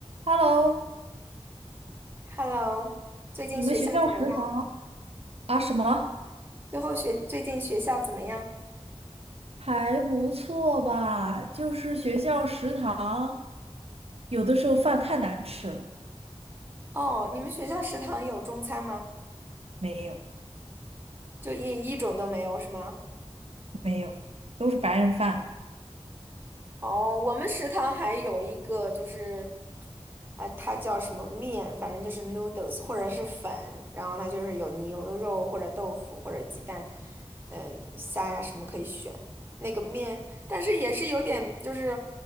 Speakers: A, on the right; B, on the right.
A: Hello，
B: Hello，最近学校怎么样？
A: 你们学校食堂啊什么
B: 最后学，最近学校怎么样？
A: 还不错吧？就是学校食堂有的时候饭太难吃了，
B: 哦，你们学校食堂有中餐吗？
A: 没有
B: 就一一种都没有是吗？
A: 没有，都是白人饭。
B: 哦，我们食堂还有一个就是，啊，它叫什么面，反正就是 noodles 或者是粉，然后它就是有牛肉或者豆腐或者鸡蛋，嗯、虾呀什么可以选。那个面，但是也是有点就是，